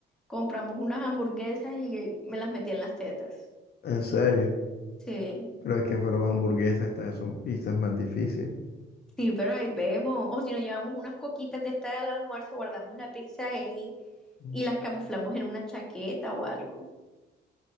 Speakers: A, in the centre; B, on the left.
A: compramos unas hamburguesas y me las metí en las tetas.
B: En serio,
A: Sí,
B: pero es que fueron hamburguesas, estas vez son pizzas más difíciles.
A: sí, pero ahí vemos. O si nos llevamos unas coquitas de esta del almuerzo, guardamos la pizza ahí
B: Mm.
A: y las camuflamos en una chaqueta o algo.